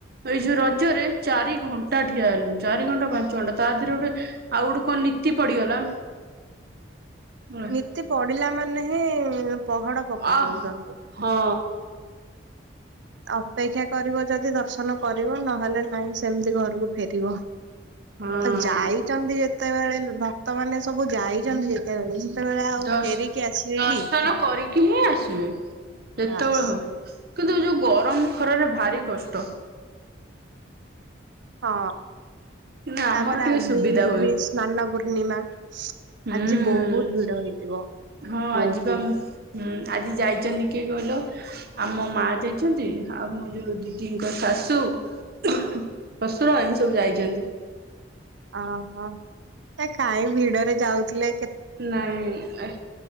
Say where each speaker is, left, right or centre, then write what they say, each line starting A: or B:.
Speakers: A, on the right (about 55°); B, on the right (about 70°).
A: ଏଇ ଯୋଉ ରଜରେ ଚାରି ଘଣ୍ଟା ଠିଆ ହେଲୁ। ଚାରି ଘଣ୍ଟା ପାଞ୍ଚ ଚଣ୍ଡ ତା ଧିରୁ ଗୋଟେ ଆଉ ଗୋଟେ କଣ ନୀତି ପଡିଗଲା ହେଲା।
B: ନିତି ପଡିଲା ମାନେ ହିଁ ଇଁ ପହଡ ପକେଇ
A: ଆ
B: ଦୋଉଚନ୍ତି।
A: ହଁ
B: ଅପେକ୍ଷା କରିବ ଯଦି ଦର୍ଶନ କରିବ ନହେଲେ ନାଇଁ ସେମିତି ଘର କୁ ଫେରିବ।
A: ହଁ
B: ଆଉ ଯାଇଚନ୍ତି ଯେ ତେବେଳେ ଭକ୍ତ ମାନେ ସବୁ ଯାଇଚନ୍ତି ଯେତେବେଳେ ସେତେବେଳେ ଆଉ
A: ଦଶ୍
B: ଫେରିକି ଆସିବେ
A: ଦର୍ଶନ
B: କି
A: କରିକି ହିଁ ଆସିବେ ଯେତବେଳେ
B: ବାସ୍।
A: ହଉ। କିନ୍ତୁ ଏ ଯୋଉ ଗରମ ଖରାରେ ଭାରି କଷ୍ଟ।
B: ହଁ।
A: କିନ୍ତୁ ଆମର
B: ତାପରେ ଆଜି
A: ଟିକେ ସୁବିଧା
B: ଇ
A: ହୁଏ
B: -ବି ସ୍ନାନ ପୂର୍ଣ୍ଣିମା।
A: ହୁଁ
B: ଆଜି ବହୁତ ଭିଡ ହେଇଥିବ।
A: ହଁ
B: ବହୁତ
A: ଆଜିି ପା ଉମ, ଉଁ, ଆଜି ଯାଇଚନ୍ତି କିଏ କଇ ତ ଆଉ ମୋମା ଯାଇଛନ୍ତି। ଆଉ ମୋ ଯୋଉ ଦିଦିଙ୍କ ଶାଶୁ । ଶଶୁର ଏମିତି ସବୁ ଯାଇଚନ୍ତି।
B: ଓହୋ ଏ କାଇଁ ଭିଡରେ ଯାଉଥିଲେ ।
A: ନାଇଁ ଏ